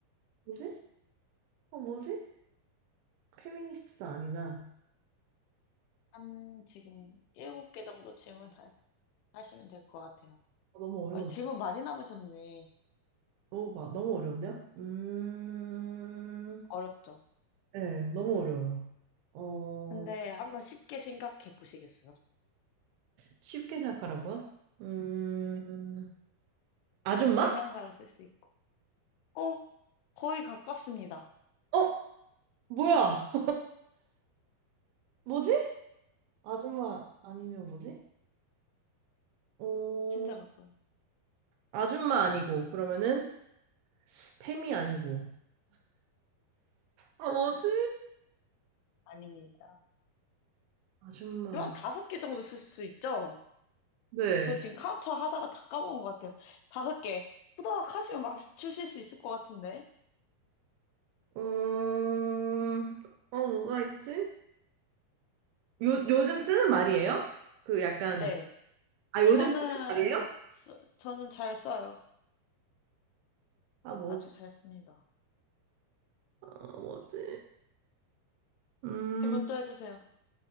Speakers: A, on the right; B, on the left.
A: 뭐지? 어, 뭐지? 페미니스트 아니다.
B: 한, 지금, 7개 정도 질문 다, 하시면 될 것 같아요.
A: 아, 너무 어려운,
B: 아, 질문 많이 남으셨네.
A: 너무, 봐- 너무 어려운데요? 음,
B: 어렵죠?
A: 네, 너무 어려워요. 어,
B: 근데 한번 쉽게 생각해 보시겠어요?
A: 쉽게 생각하라고요? 음,
B: 네.
A: 아줌마?
B: 대명사로 쓸 수 있고. 어, 거의 가깝습니다.
A: 어, 뭐야? <laughs> 뭐지? 아줌마 아니면 뭐지? 어,
B: 진짜 가까워요.
A: 아줌마 아니고, 그러면은, 팸이 아니고. 아, 뭐지?
B: 아닙니다.
A: 아줌마.
B: 지금 한 다섯 개 정도 쓸 수 있죠?
A: 네.
B: 저 지금 카운터 하다가 다 까먹은 것 같아요. 다섯 개. 후다닥 하시면 맞추실 수 있을 것 같은데.
A: 음, 어, 뭐가 있지? 요, 요즘 쓰는 말이에요? 그 약간,
B: 네.
A: 아, 요즘
B: 저는,
A: 쓰는 말이에요?
B: 쓰- 저는 잘 써요.
A: 아, 뭐지?
B: 아주 잘 씁니다.
A: 아, 뭐지? 음,
B: 질문 또 해주세요.